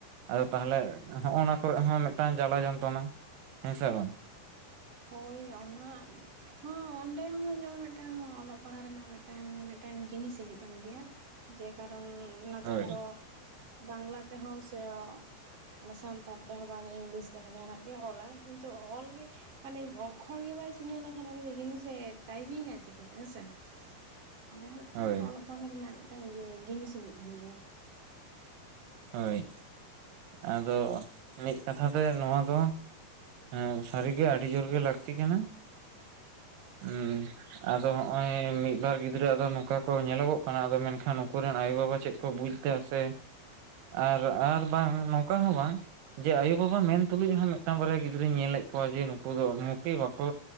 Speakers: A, on the right (about 80°); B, on the right (about 40°).
A: ᱟᱫᱚ ᱛᱟᱦᱚᱞᱮ ᱦᱚᱜᱼᱚᱱᱟ ᱠᱚᱨᱮᱜ ᱦᱚᱸ ᱢᱤᱫᱴᱟᱝ ᱡᱟᱞᱟ ᱡᱚᱱᱛᱚᱱᱟ ᱦᱮᱸ ᱥᱮ ᱵᱟᱝ!
B: ᱦᱳᱭ ᱚᱱᱟ ᱾ ᱦᱚᱸ ᱚᱸᱰᱮ ᱦᱚᱸ ᱡᱮᱢᱚᱱ ᱢᱤᱫᱴᱟᱝ ᱚᱞᱚᱜ ᱯᱟᱲᱦᱟᱜ ᱨᱮᱱᱟᱜ ᱢᱤᱫᱴᱟᱝ ᱢᱤᱫᱴᱟᱝ ᱡᱤᱱᱤᱥ ᱦᱤᱡᱩᱜ ᱠᱟᱱ ᱜᱮᱭᱟ ᱾ ᱡᱮ ᱠᱟᱨᱚᱱ ᱱᱮᱛᱟᱨ
A: ᱦᱳᱭ
B: ᱫᱚ ᱵᱟᱝᱞᱟ ᱛᱮᱦᱚᱸ ᱥᱮ ᱾ ᱚᱱᱮ ᱥᱟᱱᱛᱟᱲ ᱛᱮᱦᱚᱸ ᱵᱟᱝ ᱤᱝᱞᱤᱥ ᱛᱮ ᱦᱚᱸ ᱡᱟᱦᱟ ᱱᱟᱜ ᱜᱮ ᱚᱞᱟᱭ ᱠᱤᱱᱛᱩ ᱚᱞ ᱜᱮ ᱾ ᱢᱟᱱᱮ ᱚᱠᱠᱷᱚᱨ ᱜᱮ ᱵᱟᱭ ᱪᱤᱱᱦᱟᱹᱣ ᱞᱮᱠᱷᱟᱱ ᱩᱱᱤ ᱡᱤᱱᱤᱥᱮ ᱴᱟᱭᱯᱤᱝ ᱟᱭ ᱪᱤᱠᱟᱹᱛᱮ ᱦᱮᱸᱥᱮ ᱾ ᱚᱸᱰᱮ ᱦᱚᱸ ᱢᱤᱫᱴᱟᱝ
A: ᱦᱳᱭ
B: ᱚᱞᱚᱜ ᱯᱟᱲᱦᱟᱜ ᱨᱮᱱᱟᱜ ᱢᱤᱫᱴᱟᱝ ᱤᱭᱟᱹ ᱡᱤᱱᱤᱥ ᱦᱤᱡᱩᱜ ᱠᱟᱱ ᱜᱮᱭᱟ ᱾
A: ᱦᱳᱭ, ᱟᱫᱚ ᱢᱤᱫ ᱠᱟᱛᱷᱟ ᱛᱮ ᱱᱚᱣᱟ ᱫᱚ᱾ ᱦᱮᱸ ᱥᱟᱹᱨᱤᱜᱮ ᱟᱹᱰᱤ ᱡᱳᱨ ᱜᱮ ᱞᱟᱹᱠᱛᱤ ᱠᱟᱱᱟ ᱦᱩᱸ᱾ ᱟᱫᱚ ᱦᱚᱜ-ᱚᱭ ᱢᱤᱫᱵᱟᱨ ᱜᱤᱫᱽᱨᱟᱹ ᱟᱫᱚ ᱱᱚᱝᱠᱟ ᱠᱚ ᱧᱮᱞᱚᱜᱚᱜ ᱠᱟᱱᱟ, ᱟᱫᱚ ᱢᱮᱱᱠᱷᱟᱱ ᱩᱱᱠᱩ ᱨᱮᱱ ᱟᱭᱳ ᱵᱟᱵᱟ ᱪᱮᱫ ᱠᱚ ᱵᱩᱡ -ᱛᱮ ᱟᱨᱥᱮ ᱟᱨ ᱟᱨ ᱵᱟᱝ ᱱᱚᱝᱠᱟ ᱦᱚᱸ ᱵᱟᱝ ᱡᱮ ᱟᱭᱳ ᱵᱟᱵᱟ ᱢᱮᱱ ᱛᱩᱞᱩᱡ ᱦᱚᱸ ᱢᱤᱫᱴᱟᱝ ᱵᱟᱨᱭᱟ ᱜᱤᱫ -ᱨᱟᱹᱧ ᱧᱮᱞᱮᱫ ᱠᱚᱣᱟ ᱡᱮ ᱱᱩᱠᱩ ᱫᱚ ᱢᱚᱴᱮ ᱵᱟᱠᱚ,